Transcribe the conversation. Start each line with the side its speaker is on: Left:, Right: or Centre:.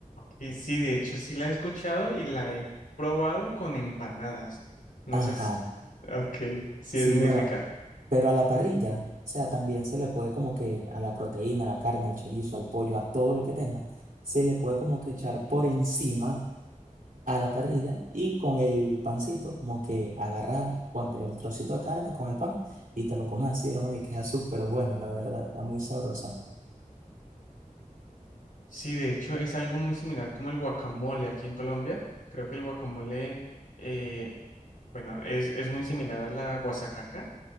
Left: Y sí, de hecho, sí la he escuchado y la he probado con empanadas. No
Right: Ajá,
Left: sé si- ok, sí
Right: sí,
Left: es muy
Right: bueno,
Left: rica.
Right: pero a la parrilla, o sea, también se le puede como que a la proteína, a la carne, al chorizo, al pollo, a todo lo que tenga, se le puede como que echar por encima a la parrilla y con el pancito, como que agarrar ponte el trocito de carne con el pan y te lo comes así, hermano, y queda súper bueno, la verdad, está muy sabrosa.
Left: Sí, de hecho, es algo muy similar como el guacamole aquí en Colombia. Creo que el guacamole, eh, bueno, es, es muy similar a la guasacaca